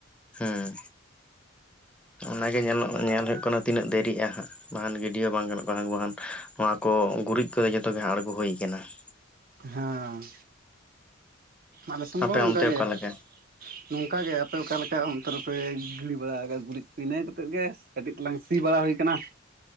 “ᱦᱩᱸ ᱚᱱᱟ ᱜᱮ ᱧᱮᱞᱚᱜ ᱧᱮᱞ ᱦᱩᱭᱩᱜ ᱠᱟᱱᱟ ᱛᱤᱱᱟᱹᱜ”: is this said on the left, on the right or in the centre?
Centre